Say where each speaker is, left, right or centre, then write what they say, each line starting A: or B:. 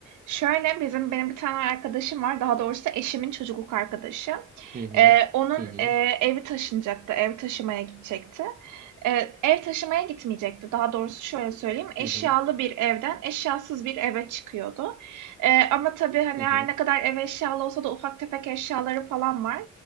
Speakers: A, on the right; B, on the right.
A: Şöyle, bizim benim bir tane arkadaşım var, daha doğrusu eşimin çocukluk arkadaşı.
B: Hı hı
A: Eee, onun,
B: hı hı
A: eee, evi taşınacaktı, ev taşımaya gidecekti. Eee, ev taşımaya gitmeyecekti. Daha doğrusu şöyle söyleyeyim, eşyalı
B: hı hı
A: bir evden eşyasız bir eve çıkıyordu. Eee, ama tabii, hani,
B: hı
A: her
B: hı
A: ne kadar ev eşyalı olsa da ufak tefek eşyaları falan var.